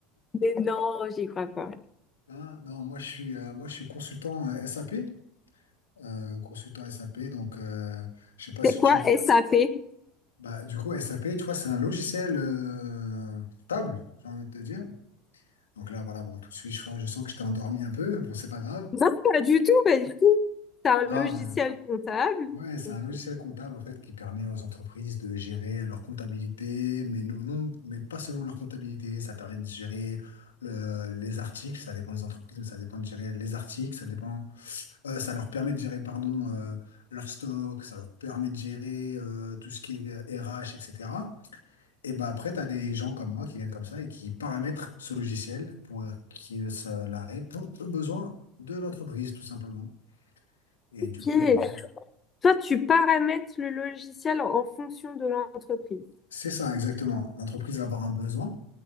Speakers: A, on the left (about 30°); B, on the left (about 85°).
A: mais non, j'y crois pas.
B: Hein, non, moi, je suis, euh, moi, je suis consultant euh, SAP. euh, consultant SAP, donc, euh, je sais pas
A: C'est
B: si
A: quoi
B: tu...
A: SAP?
B: Bah, du coup, SAP, tu vois, c'est un logiciel euh, table, j'ai envie de te dire. Donc là, voilà, bon, tout de suite, je, je sens que je t'ai endormi un peu. Bon, c'est pas grave.
A: Non, pas du tout, pas du tout. C'est un
B: Non,
A: logiciel
B: mais
A: comptable.
B: ouais, c'est
A: Ok.
B: un logiciel comptable en fait qui permet aux entreprises de gérer leur comptabilité, mais non, non, mais pas seulement leur comptabilité. Ça permet de gérer le- les articles. Ça dépend des entreprises, mais ça dépend de gérer les articles. Ça dépend. euh, ça leur permet de gérer, pardon, euh, leur stock. Ça leur permet de gérer euh, tout ce qui est RH, etc. Et cetera. Et ben après, t'as des gens comme moi qui viennent comme ça et qui paramètrent ce logiciel pour que ça la répond aux besoins de l'entreprise, tout simplement. Et
A: Ok.
B: du coup, voilà.
A: Toi, tu paramètres le logiciel en en fonction de l'entreprise.
B: C'est ça, exactement. L'entreprise va avoir un besoin.